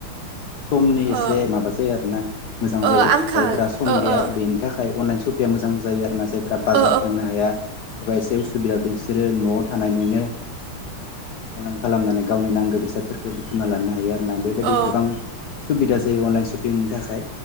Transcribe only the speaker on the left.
समनि एसे
माबा जायो आरोना मोजां
जायो
जायफोरा सम
गैया
बेनि थाखाय अनलाइन सपिं बे मोजां जायो आरो ना जाय फोरा बाजार
थांनो हाया एबा एसे उसुबिदा बिसोरो न'आव थानानैनो ओ अनलाइन खालामनानै गावनि नांगो बेसादफोरखौ बुुथुमना लानो हायो आ ना बेबायदि
गोबां सुबिदा जायो अनलाइन सपिंनि थाखाय